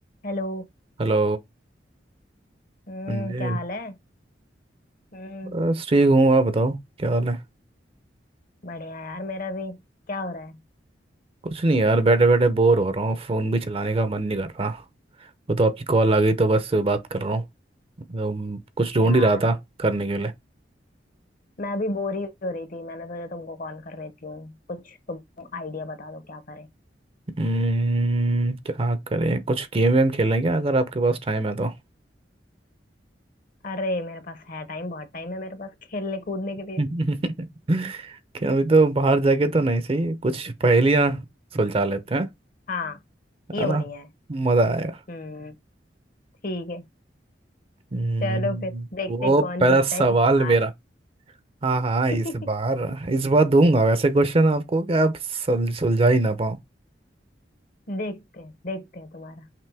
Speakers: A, on the left; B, on the right.
A: हेलो
B: Hello
A: हम्म
B: हाँ जी
A: क्या हाल है हम्म
B: बस ठीक हूँ आप बताओ क्या हाल है
A: बढ़िया यार मेरा भी क्या हो रहा है
B: कुछ नहीं यार बैठे बैठे बोर हो रहा हूँ फ़ोन भी चलाने का मन नहीं कर रहा वो तो आपकी कॉल आ गई तो बस बात कर रहा हूँ तो कुछ ढूंढ
A: यार
B: ही रहा था करने के लिए
A: मैं अभी बोर ही हो रही थी मैंने सोचा तुमको कॉल कर लेती हूँ कुछ तुम आइडिया बता दो क्या करें
B: हम्म, क्या करें कुछ गेम वेम खेलें क्या अगर आपके पास टाइम है तो
A: अरे मेरे पास है टाइम बहुत टाइम है मेरे पास खेलने कूदने के लिए
B: <laughs> क्या अभी तो बाहर जाके तो नहीं सही कुछ पहेलियाँ सुलझा लेते हैं
A: हाँ ये
B: है
A: बढ़िया
B: ना
A: है
B: मज़ा आएगा
A: हम्म ठीक है
B: हम्म,
A: चलो फिर देखते
B: तो
A: हैं कौन
B: पहला
A: जीतता
B: सवाल
A: है इस बार
B: मेरा हाँ हाँ
A: <laughs>
B: इस बार इस बार दूंगा वैसे क्वेश्चन आपको कि आप सुल- सुलझा ही ना पाओ
A: देखते हैं देखते हैं तुम्हारा